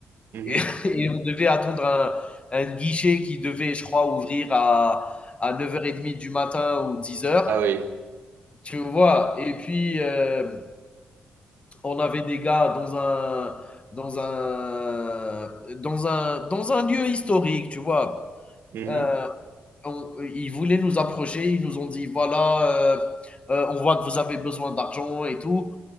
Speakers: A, on the right; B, on the left.
A: mhm.
B: Et, <laughs> et on devait attendre un, un guichet qui devait, je crois, ouvrir à, à 9h30 du matin ou dix heures
A: Ah oui.
B: Tu vois, et puis euh, on avait des gars dans un, dans un, dans un, dans un lieu historique, tu vois.
A: Mhm.
B: Euh, on- ils voulaient nous approcher, ils nous ont dit voilà, euh, euh, on voit que vous avez besoin d'argent et tout,